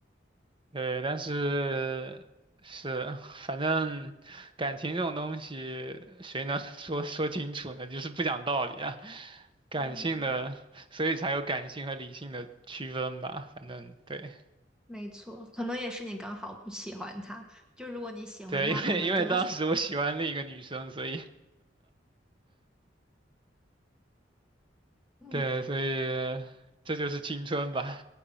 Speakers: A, on the right; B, in the centre.
A: 对，但是是，<laughs> 反正感情这种东西，谁能 <laughs> 说说清楚呢？就是不讲道理啊，感性的，
B: 嗯。
A: 所以才有感性和理性的区分吧。反正对
B: 没错，可能也是你刚好不喜欢他。就如果你喜欢他，
A: 对，<laughs> 因为因为当时我喜欢另一个女生，
B: 可能就
A: 所以
B: <laughs>，嗯，
A: 对，所以这就是青春吧。